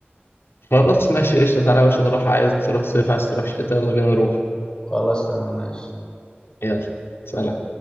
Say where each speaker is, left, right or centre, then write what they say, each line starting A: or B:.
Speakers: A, on the left; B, on the left.
A: خلاص ماشي قشطة تعالى يا باشا نروح عايز تروح صيف عايز تروح شتاء يلا بينا نروح
B: خلاص تمام ماشي
A: يلا سلام